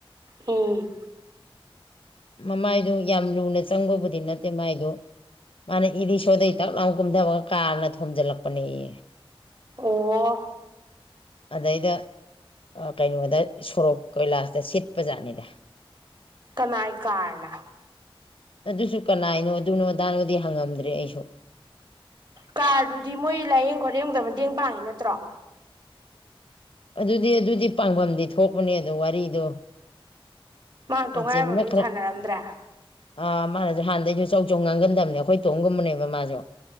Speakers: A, on the right; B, on the left.
A: ꯑꯣ
B: ꯃꯃꯥꯏꯗꯣ ꯌꯥꯝ ꯂꯨꯅ ꯆꯪꯕꯕꯨꯗꯤ ꯅꯠꯇꯦ ꯃꯥꯏꯗꯣ ꯃꯥꯅ ꯏꯔꯤꯛꯁꯣꯗꯩ ꯗꯛ ꯂꯥꯎ ꯀꯨꯝꯗꯕꯒ ꯀꯥꯔꯅ ꯊꯣꯝꯖꯤꯜꯂꯛꯄꯅꯦꯌꯦ
A: ꯑꯣ
B: ꯑꯗꯩꯗ ꯑꯥ ꯀꯩꯅꯣꯗ ꯁꯣꯔꯣꯛ ꯀꯣꯏꯂꯥꯁꯇ ꯁꯤꯠꯄ ꯖꯥꯠꯅꯤꯗ
A: ꯀꯅꯥꯏ ꯀꯥꯔꯅ
B: ꯑꯗꯨꯖꯨ ꯀꯅꯥꯏꯅꯣ ꯑꯗꯨꯅꯣ ꯑꯗꯥꯅꯣꯗꯤ ꯍꯪꯉꯝꯗ꯭ꯔꯦ ꯑꯩꯁꯨ
A: ꯀꯥꯔꯗꯨꯗꯤ ꯃꯣꯏ ꯂꯥꯏꯌꯦꯡ ꯈꯣꯠꯂꯦꯡꯕꯗ ꯃꯇꯦꯡ ꯄꯥꯡꯉꯤ ꯅꯠꯇ꯭ꯔꯣ
B: ꯑꯗꯨꯗꯤ ꯑꯗꯨꯗꯤ ꯄꯥꯡꯕꯝꯗꯤ ꯊꯣꯛꯄꯅꯦ ꯑꯗꯨ ꯋꯥꯔꯤꯗꯣ
A: ꯃꯥ ꯇꯣꯝ
B: ꯅꯆꯦꯃꯤꯅ
A: ꯉꯥꯏꯔꯝꯃꯃꯤꯝ
B: ꯈꯔ
A: ꯁꯥꯟꯅꯔꯝꯗ꯭ꯔꯦ
B: ꯑꯥ ꯃꯥꯅꯖꯨ ꯍꯥꯟꯅꯗꯩꯖꯨ ꯆꯧ ꯆꯧ ꯉꯥꯡꯒꯟꯗꯝꯅꯦ ꯑꯩꯈꯣꯏ ꯇꯣꯝꯒꯨꯝꯕꯅꯦꯕ ꯃꯥꯖꯣ